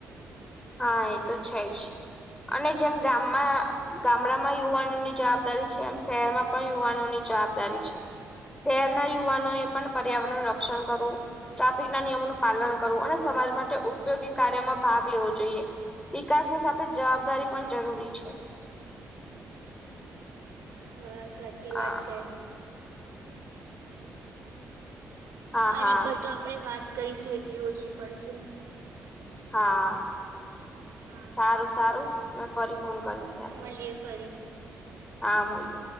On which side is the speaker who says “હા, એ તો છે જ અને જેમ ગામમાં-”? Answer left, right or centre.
Left